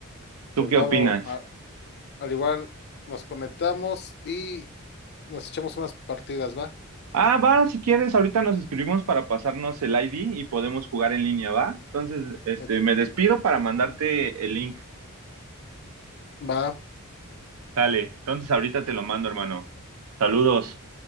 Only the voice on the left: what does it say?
Pues
va,
bro, a- al igual nos conectamos y... nos echamos unas partidas, ¿va?
Eh,
va,